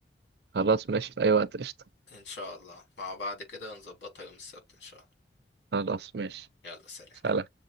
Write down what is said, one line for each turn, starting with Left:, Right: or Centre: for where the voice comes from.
Right: خلاص ماشي في اي وقت قشطه
Left: ان شاء الله مع بعض كده ونظبطها يوم السبت ان شاء الله
Right: خلاص ماشي
Left: يلا سلام
Right: سلام